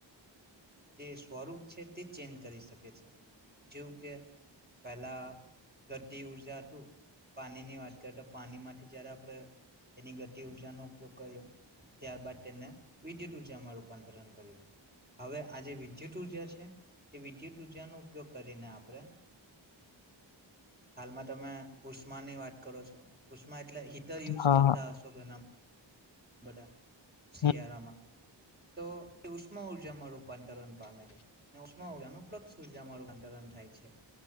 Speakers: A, on the right; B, on the left.
A: જે સ્વરૂપ છે તે ચેન્જ કરી શકે જેવું કે પહેલા ગતિ ઉર્જા હતું પાણીની વાત કરીએ તો પાણીમાંથી જયારે આપણે એની ગતિ ઉર્જાનો ઉપયોગ કર્યો ત્યારબાદ તેને વિદ્યુત ઉઊર્જામાં રૂપાંતરણ કર્યું હવે આજે વિદ્યુત ઉર્જા છે કે વિદ્યુત ઉર્જાનો ઉપયોગ કરીને આપણે હાલમાં તમે ઉષ્મા ની વાત કરો છો ઉષ્મા એટલે હીટ ર યુઝ
B: હા
A: કરતા
B: હા
A: જોગનામ બટા શી
B: હમ
A: આારમાં તો ઉષ્મ ઉર્જામાં રૂપાંતરણ પામે છે ઉષ્મ ઉર્જાનું પ્રક્ષ ઉર્જામાં રૂપાંતરણ થાય છે